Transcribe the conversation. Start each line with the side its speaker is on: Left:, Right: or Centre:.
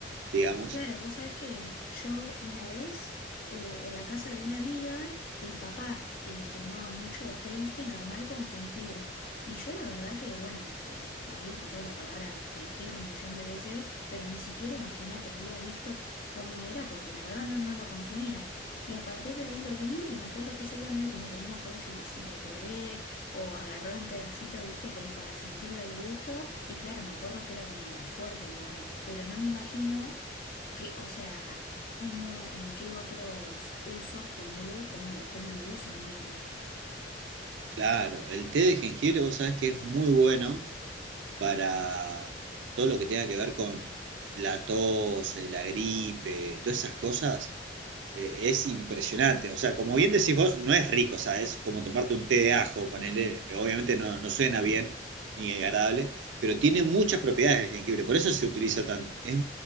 Right: digamos.
Left: Claro, vos sabés que yo una vez eh, en la casa de una amiga, el papá eh, tomaba mucho té, viste, normal con jengibre. Y yo la verdad que, bueno, el- había escuchado la palabra jengibre un millón de veces, pero ni siquiera, imagínate, había visto c- cómo era, porque la verdad no, no lo consumía. Y a partir de ahí lo vi y me acuerdo que ese día medio como que no me acuerdo si, si lo probé o agarré un pedacito, viste, como para sentirle el gusto. Y claro, me acuerdo que era como fuerte, digamos, pero no me imagino que, o sea, cómo, en qué otros usos, ponele, cómo lo, cómo lo usan, digamos.
Right: Claro, el té de jengibre vos sabés que es muy bueno para todo lo que tenga que ver con la tos, eh, la gripe, todas esas cosas. eh, es impresionante. O sea, como bien decís vos, no es rico, o sea, es como tomarte un té de ajo, ponele, obviamente no, no suena bien ni agradable, pero tiene muchas propiedades el jengibre, por eso se utiliza tanto. Es-